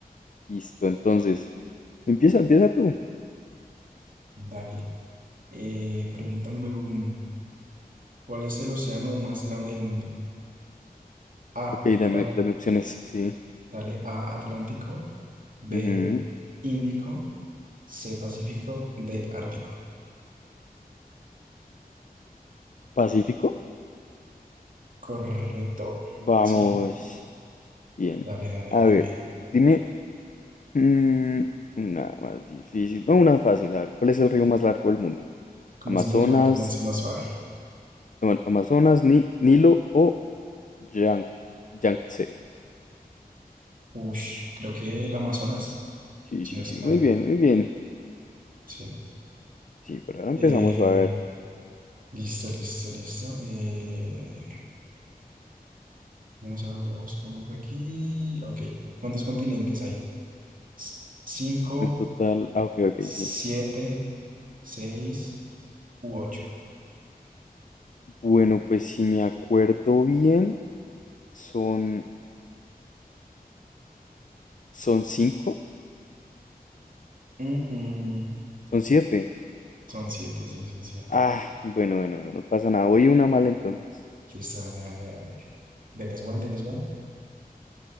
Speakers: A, on the left; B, on the right.
A: Listo, entonces. Empieza, empieza tú.
B: Dale. Eh, pregunta número uno. ¿Cuál es el océano más grande del mundo? A,
A: Ok,
B: Atlántico.
A: dame, dame opciones, sí.
B: Dale, A, Atlántico. B,
A: Ujú.
B: Índico. C, Pacífico. D, Ártico.
A: ¿Pacífico?
B: Correcto.
A: Vamos.
B: Sí,
A: Bien.
B: dale, dale,
A: A
B: bien,
A: ver,
B: bien.
A: dime mm, una más difícil. No, una fácil, a ver. ¿Cuál es el río más largo del mundo?
B: Comencemos
A: Amazonas,
B: suave, comencemos suave.
A: Ama- Amazonas, Ni- Nilo o Yang- Yangtze.
B: Ush, creo que el Amazonas,
A: Sí,
B: si
A: sí,
B: no estoy
A: sí, muy
B: mal.
A: bien, muy bien.
B: Sí.
A: Sí, por ahora empezamos
B: Eh,
A: a ver.
B: Listo, listo, listo. Eh, vamos a ver, vamos con nombre aquí. Ok, ¿cuántos continentes hay? S- Cinco,
A: En total, ah, ok, ok,
B: siete,
A: sí.
B: seis u ocho.
A: Bueno, pues si me acuerdo bien, son, son cinco,
B: Mm, mm.
A: son siete.
B: Son siete, sí, son siete.
A: Ah, bueno, bueno, bueno, no pasa nada. Voy una mala entonces.
B: Listo, dale, dale, dale. dale. Dennis Van, Dennis Van.